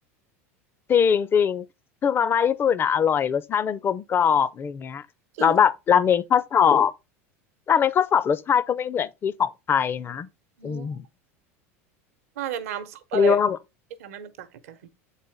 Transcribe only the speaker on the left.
จริงจริงคือมาม่าญี่ปุ่นอ่ะอร่อยรสชาติมันกลมกล่อมอะไรเงี้ยแล้วแบบราเมงข้อสอบ
ราเมงข้อสอบรสชาติก็ไม่เหมือนที่ของไทยนะ
อืม
เรียกว่า